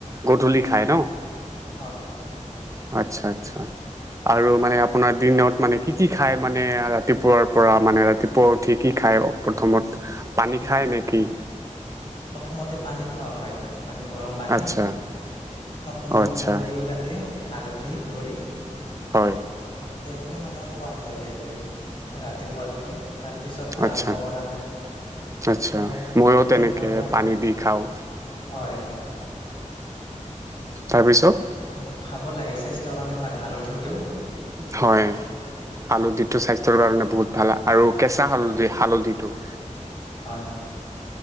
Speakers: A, on the right; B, on the left.
A: গধূলি খায় ন
B: হয়
A: আচ্ছা আচ্ছা আৰু মানে আপোনাৰ দিনত মানে কি কি খায় মানে ৰাতিপুৱাৰ পৰা মানে ৰাতিপুৱা উঠি কি খাই প্ৰথমত পানী
B: অঁ
A: খাই নেকি
B: প্ৰথমতে পানী খোৱা হয় মানে গৰম পানী
A: আচ্ছা
B: অকণমান
A: অ আচ্ছা
B: মৌ দিও তাতে হালধি ধি কৰি
A: হয়
B: তেনেকে মানে খোৱা যায় হেৰিটো ৰাতিপুৱাতো তাৰ পিছত আৰম্ভ
A: আচ্ছা
B: কৰা হয়
A: আচ্ছা
B: অলপ
A: মইয়ো তেনেকে
B: এঘাৰটামান
A: পানী দি খাওঁ
B: হয়
A: তাৰপিছত
B: খা খাব লাগে স্বাস্থ্যৰ কাৰণে ভাল হালধি টো
A: হয় হালধিটো স্বাস্থ্যৰ কাৰণে বহুত ভাল আৰু কেঁচা হালধি হালধিটো
B: হয়